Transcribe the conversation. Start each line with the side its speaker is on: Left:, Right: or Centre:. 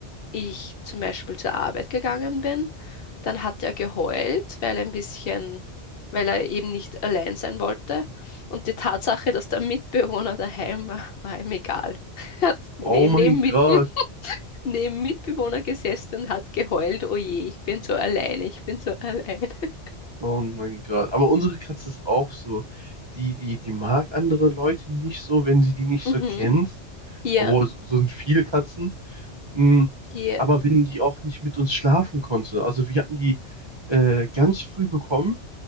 Left: ich zum Beispiel zur Arbeit gegangen bin, dann hat er geheult, weil er ein bisschen, weil er eben nicht allein sein wollte. Und die Tatsache, dass der Mitbewohner daheim war, war ihm egal. <laughs> Er hat neben,
Right: Oh mein
Left: neben, Mit,
Right: Gott.
Left: <laughs> neben Mitbewohner gesessen und hat geheult, oh je, ich bin so alleine, ich bin so allein. <laughs>
Right: Oh mein Gott. Aber unsere Katze ist auch so. Die, die, die mag andere Leute nicht so, wenn sie die nicht so
Left: Mhm.
Right: kennt.
Left: Ja,
Right: Obwohl, so so sind viele Katzen. Mm,
Left: ja,
Right: Aber wenn die auch nicht mit uns schlafen konnte. Also wir hatten die äh, ganz früh bekommen